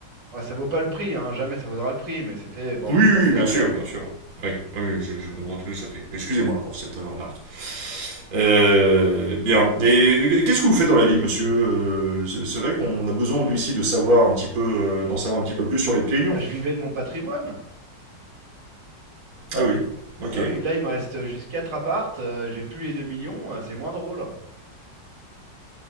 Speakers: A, on the right (about 75°); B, on the right (about 55°).
A: Ah, ça vaut pas le prix, hein. Jamais ça vaudra le prix, mais c'était, bon,
B: Oui,
A: c'est
B: oui,
A: pas désagréable.
B: oui, bien sûr, bien sûr. Oui, oui, oui, je, je comprends tout ça fait. Excusez-moi pour cette euh, remarque. Euh, bien. Et euh, qu'est-ce que vous faites dans la vie, monsieur? Euh, c'est c'est vrai qu'on a besoin, lui aussi, de savoir un petit peu, euh,
A: Hmm.
B: d'en savoir un petit peu plus sur les plaignons.
A: Bah, je vivais de mon patrimoine.
B: Ah oui,
A: Ah
B: ok.
A: bah oui, là, il me reste juste 4 appartes, euh, j'ai plus les 2 millions, euh, c'est moins drôle.